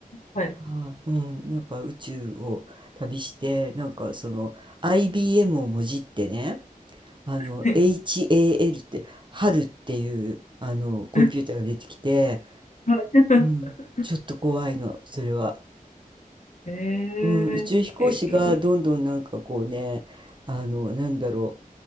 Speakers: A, on the left; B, on the right.
A: はい。
B: ああうん、なんか宇宙を旅してなんかその IBM をもじってねあの
A: ええ、
B: HAL って春っていうあのコンピューターが出てきて、
A: <laughs> はい。<laughs>
B: うん、ちょっと怖いのそれは。
A: ええ、
B: うん、宇宙飛行士がどんどんなんかこうね、
A: ええ、
B: あの、なんだろ